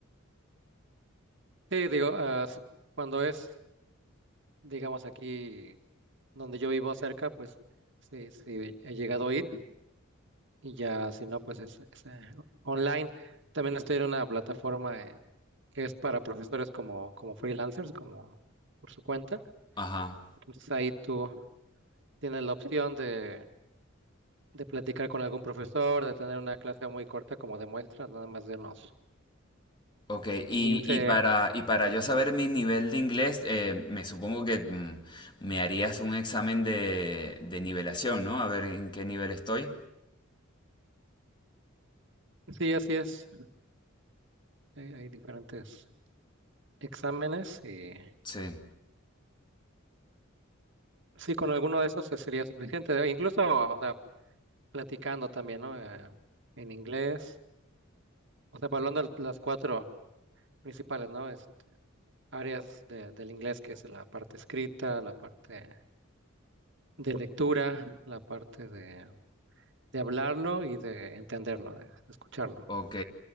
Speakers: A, on the right (about 60°); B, on the left (about 25°).
A: sí, digo, ah, s- cuando es, digamos, aquí donde yo vivo cerca, pues sí, sí, he llegado a ir. Y ya, si no, pues es, es, eh, online. También estoy en una plataforma eh, que es para profesores como, como freelancers, como por su cuenta.
B: ajá.
A: Entonces ahí tú tienes la opción de de platicar con algún profesor, de tener una clase muy corta como de muestra, nada más de unos
B: Ok, y,
A: quince
B: y para, y para yo saber mi nivel de inglés, eh, me supongo que mm, me harías un examen de, de nivelación, ¿no? A ver en qué nivel estoy.
A: Sí, así es. Hay, hay diferentes exámenes y
B: Sí.
A: sí, con alguno de esos se- sería suficiente. Incluso, o sea, platicando también, ¿no? Eh, en inglés, o sea, evaluando el- las cuatro principales, ¿no? Es- áreas de- del inglés, que es la parte escrita, la parte de lectura, la parte de, de hablarlo y de entenderlo, de escucharlo.
B: Ok,